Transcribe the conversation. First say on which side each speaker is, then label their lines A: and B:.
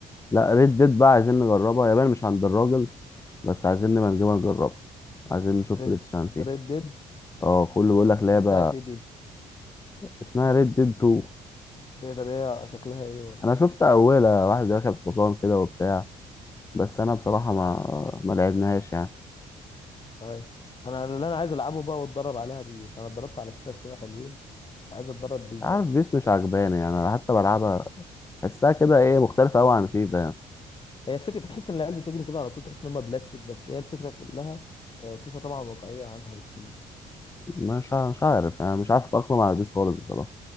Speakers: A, on the left; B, on the left.
A: لا ريد ديد بقى عايزين نجربها يابان مش عند الراجل بس عايزين نبقى نجيبها نجربها عايزين نشوف
B: ريد
A: بلاي ستيشن فيها
B: ريد ديد
A: اه كله بيقول لك لعبة
B: بتاعت ايه دي
A: اسمها ريد ديد 2
B: هي طب هي شكلها ايه ولا
A: انا شفت اولها واحد راكب حصان كده وبتاع بس انا بصراحة ما ما لعبناهاش يعني
B: خايف انا اللي انا عايز العبه بقى واتدرب عليها بيس انا اتدربت على فيفا شويه حلوين عايز اتدرب بيس
A: مش عارف
B: بقى
A: بيس مش عجباني يعني أنا حتى بلعبها بحسها كده ايه مختلفة قوي عن فيفا يعني
B: هي الفكره تحس ان العيال بتجري كده على طول تحس ان هم بلاستيك بس هي الفكره كلها آه، فيفا طبعا واقعيه عنها بكتير
A: مش ع- مش عارف يعني مش عارف اتأقلم على بيس خالص بصراحة